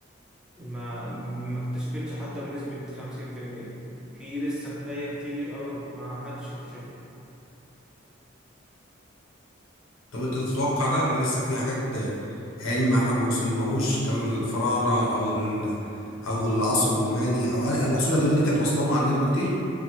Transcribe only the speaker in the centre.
ما ما اكتشفتش حتى بنسبه 50% في المية، في لسه خفايا كتير قوي ما حدش اكتشفها